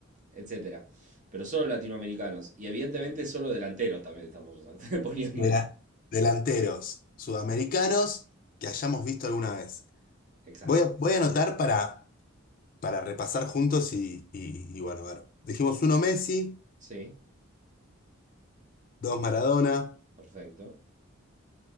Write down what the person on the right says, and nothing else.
etcétera. Pero solo latinoamericanos, y evidentemente solo delanteros también estamos <laughs> poniendo.
Exacto.
Sí,
perfecto.